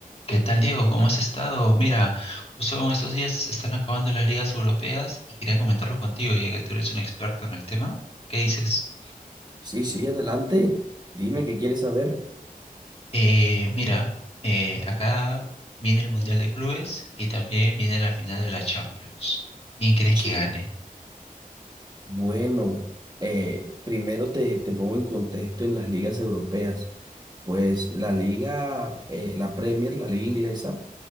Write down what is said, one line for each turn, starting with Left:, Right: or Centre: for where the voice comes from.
Left: ¿Qué tal, Diego? ¿Cómo has estado? Mira, justo en estos días se están acabando las ligas europeas y quería comentarlo contigo, ya que tú eres un experto en el tema. ¿Qué dices?
Right: Sí, sí, adelante. Dime qué quieres saber.
Left: Eh, mira, eh, acá viene el Mundial de Clubes y también viene la final de la Champions. ¿Quién crees
Right: Sí.
Left: que gane?
Right: Bueno, eh, primero te, te pongo en contexto en las ligas europeas. Pues la liga, eh, la Premier, la liga inglesa,